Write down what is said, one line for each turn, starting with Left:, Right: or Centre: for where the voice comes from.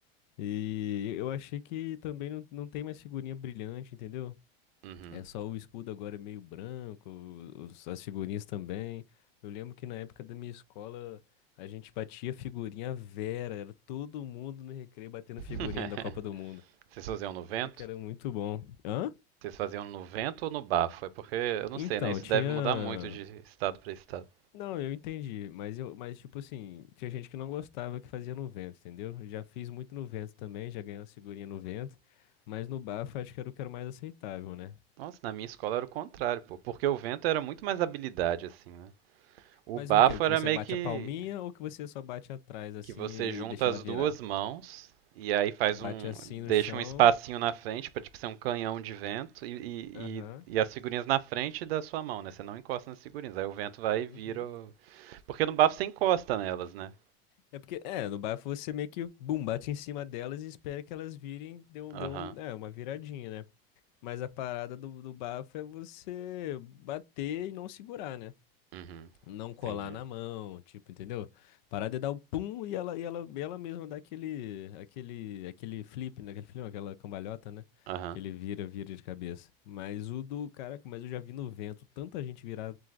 Left: E eu achei que também não, não tem mais figurinha brilhante, entendeu?
Right: Uhum.
Left: É só o escudo agora é meio branco, os- as figurinhas também. Eu lembro que na época da minha escola a gente batia figurinha à vera, era todo mundo no recreio batendo figurinha
Right: <laughs>
Left: da Copa do Mundo.
Right: Vocês faziam no vento?
Left: Né, que era muito bom. Hã?
Right: Vocês faziam no vento ou no bafo? É porque, eu não
Left: Então,
Right: sei, né? Isso
Left: tinha.
Right: deve mudar muito de estado pra estado.
Left: Não, eu entendi, mas eu, mas tipo assim, tinha gente que não gostava que fazia no vento, entendeu? Eu já fiz muito no vento também, já ganhei uma figurinha no vento, mas no bafo eu acho que era o que era mais aceitável, né?
Right: Nossa, na minha escola era o contrário, pô. Porque o vento era muito mais habilidade, assim, né? O
Left: Mas
Right: bafo
Left: o quê? O que
Right: era
Left: você
Right: meio
Left: bate
Right: que
Left: a palminha ou que você só bate atrás assim
Right: Que você
Left: e
Right: junta
Left: e deixa
Right: as
Left: ela virar?
Right: duas mãos e aí faz
Left: Bate
Right: um,
Left: assim
Right: deixa
Left: no chão.
Right: um espacinho na frente para tipo ser um canhão de vento e, e,
Left: Aham.
Right: e- e as figurinhas na frente da sua mão, né? Você não encosta nas figurinhas, aí o vento vai e vira.
Left: Uhum.
Right: o- Porque no bafo você encosta nelas, né?
Left: É porque, é, no bafo você meio que, bum, bate em cima delas e espera que elas virem, dê um,
Right: Aham.
Left: dê um, é, uma viradinha, né? Mas a parada do, do bafo é você bater e não segurar, né?
Right: Uhum.
Left: não colar
Right: Entendi.
Left: na mão, tipo, entendeu? Parar de dar o pum e ela, e ela, e ela mesma dá aquele, aquele, aquele flip, né? Aquele flip, não, aquela cambalhota, né?
Right: Aham.
Left: Que ele vira, vira de cabeça. Mas o do, caraca, mas eu já vi no vento tanta gente virar